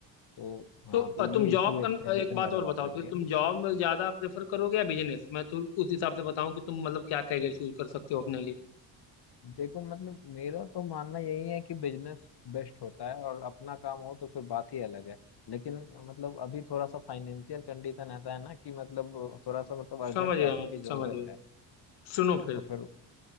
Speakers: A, on the left; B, on the left.
A: तो हाँ
B: तो
A: तो
B: अ,
A: ये
B: तुम जॉब
A: इशू एक
B: कर
A: टेंशन
B: एक बात
A: वाली
B: और बताओ
A: बात लग
B: फिर
A: रही है
B: तुम
A: ना
B: जॉब में ज्यादा प्रेफर करोगे या बिजनेस मैं तो उस हिसाब से बताऊं कि तुम मतलब क्या करियर चूज कर सकते हो अपने लिए
A: देखो मतलब मेरा तो मानना यही है कि बिजनेस बेस्ट होता है और अपना काम हो तो फिर बात ही अलग है लेकिन मतलब अभी थोड़ा सा फाइनेंशियल कंडीशन ऐसा है ना कि मतलब थोड़ा सा मतलब अर्जेंट
B: समझ गया
A: पैसों
B: मैं
A: की जरूरत
B: समझ गया
A: है
B: सुनो फिर
A: तो फिर